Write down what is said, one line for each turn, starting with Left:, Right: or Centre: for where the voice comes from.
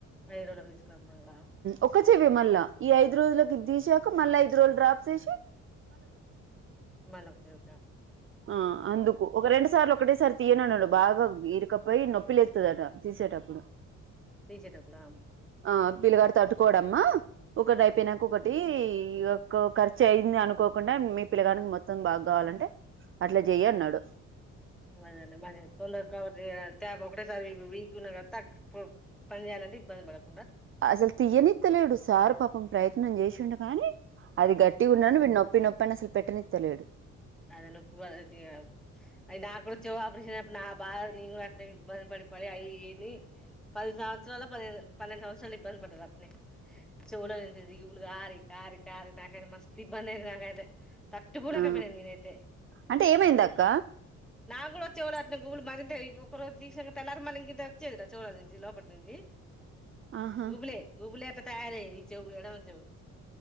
Centre: ఐదు రోజులకు తీసుకురమ్మన్నాడా
Right: ఒకా చె మల్ల ఈ ఐదు రోజులకి ఇది తీసాక మళ్ళా ఐదు రోజులు డ్రాప్ ఎసి
Centre: హుమల్ల ఒక చెవుక
Right: ఆ అందుకు ఒక రే రెండు సార్లు ఒకటేసారి తీయనుడు బాగా ఈరికపైయి నొప్పి లేతదట తీసేటప్పుడు
Centre: తీసేటప్పుడా
Right: ఆ పిల్లగాడు తట్టుకోడమ్మ ఒకటి అయిపోయినాక ఒకటి ఈ యొక్క ఖర్చు అయ్యింది అనుకోకుండా మీ పిల్లగానికి మొత్తం బాగా కావాలంటే అట్లా చెయ్యి అన్నాడు
Centre: ఓకే మాది మ తొందర కవర్ చెయ్ అయితే ఒకటే సారి వీక్ ఉన్న కదా తగ పని చేయాలంటే ఇబ్బంది పడకు
Right: అసలు తీయ్యనిత్తలేడు సార్ పాపం ప్రయత్నం చేసి తూడు గానీ అది గట్టిగా ఉన్నా నొ నొప్పి నొప్పి అని అసలు పెట్టనిత్తలేదు
Centre: అది నొప్పు అది నా కూడా చెవు ఆపరేషినప్పుడు నా బాధ నేను కూడా అట్నే ఇబ్బంది పడి పడి అవిని పది సంవత్సరాలు పది పా పన్నెండు సంవత్సరాలు ఇబ్బంది పడుతుారు అతని చెవులోంచి జివులు కారి కారి కారి నాకైతే మస్తు ఇబ్బంది అయింది నాకైతే తట్టు కో లేకపోయిన
Right: ఆ
Centre: నేనైతే
Right: అంటే ఏమైంద
Centre: అప్పుడు
Right: అక్క
Centre: నాకు కూడా చెవుల అట్లా గువులు మరింత ఒకరోజు తీస్తే తెల్లరి మల్ల ఇంకింత వచ్చేది రా చెవుల నుంచి లోపటి నుంచి
Right: ఆహా
Centre: గుబులె గుూబులే అ కారే చెవు ఎడుమ చెవు